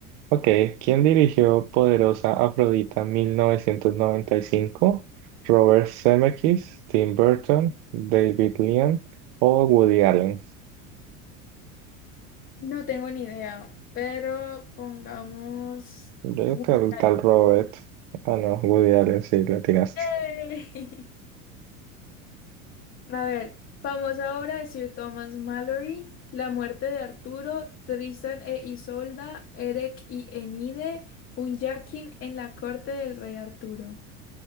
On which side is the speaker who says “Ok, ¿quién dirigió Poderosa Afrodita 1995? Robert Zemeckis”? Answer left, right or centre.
Right